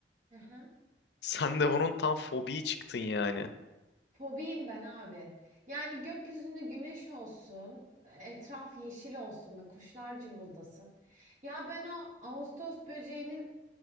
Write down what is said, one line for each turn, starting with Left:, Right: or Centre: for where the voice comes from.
Right: Aha.
Left: <laughs> Sen de bunun tam fobiyi çıktın yani.
Right: Fobiyim ben abi. Yani gökyüzünde güneş olsun, etraf yeşil olsun ve kuşlar cıvıldasın. Ya ben o Ağustos böceğinin